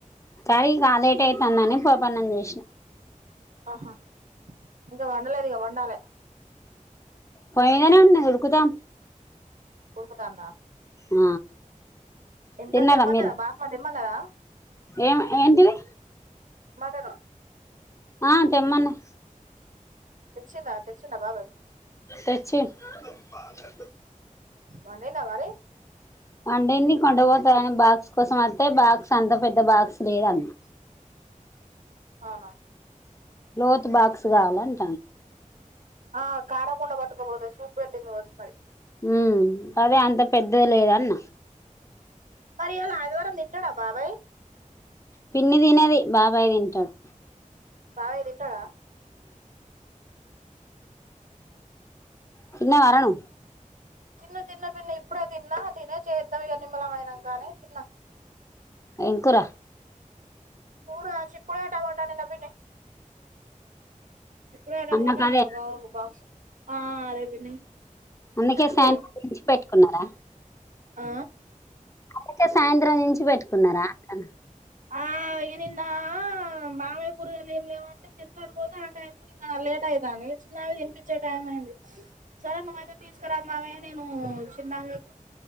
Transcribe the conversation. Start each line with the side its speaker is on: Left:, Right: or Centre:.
Left: సర ఇగా లేట్ అయితందని పోపన్నం చేసిన
Right: ఆహా ఇంక వండలే ఇగా వండాలే
Left: పొయ్యి మీదనే ఉన్నది ఉడుకుతాంది
Right: పోతందా
Left: ఆ
Right: ఎంత
Left: తిన్నారా
Right: తేమ్మన్నదా
Left: మీరు
Right: బాపంమా తేమ్మన్నాదా
Left: ఏం ఏంటిది
Right: మటను
Left: ఆ తెమ్మన్నాది
Right: తెచ్చిందా తెచ్చిండా బాబాయ్
Left: తెచ్చిడ్ బాగ
Right: వండిళ్ల మరీ
Left: వండింది కొండ పోతని బాక్స్ కోసం వత్తె బాక్స్ అంత పెద్ద బాక్స్ లేదన్న
Right: అవునా
Left: లోతు బాక్స్ కావాలండి
Right: ఆ కార కొండ బ తీసుకోకాపోతే సూప్ పెట్టింది ఇవ్వచ్చు మరి
Left: హ్మ్ అదే అంత పెద్దది లేదన్న
Right: మరి ఇలా ఆదివారం తింటాడా బాబాయ్
Left: పిన్ని తినది బాబాయ్ తింటాడు
Right: బాబాయ్ తింటడా
Left: తిన్నావా ర నువ్వు
Right: తిన్న తిన్న పిన్న ఇప్పుడ తిన్న తినే చేద్దాం ఇక నిమలమైనం కానీ తిన్న
Left: ఎం కూర
Right: కూర చీకుడకాయ టమాటా తిన్న పిన్ని ఇప్పుడుట
Left: అన్నకు
Right: కట
Left: అదే
Right: నే బా బాక్స్ ఆ అదే పిన్ని
Left: అందుకే
Right: అదే
Left: సాయంత్రం గుంచి పెట్టుకున్నారా
Right: ఆ
Left: అందుకే సాయంత్రం నుంచి చ్చి పెట్టుకున్నారా అంటన
Right: ఆ ఇ నిన్న మామయ్య కూరగాయాలు ఏం లేమంటే తేత అని పోతే ఆ టైంకి లేట్ అయితాంది చిన్నకి తినిపించే టైం అయింది సరే మామయ్య అయితే తీస్కారా మామయ్య నేను చిన్నాకు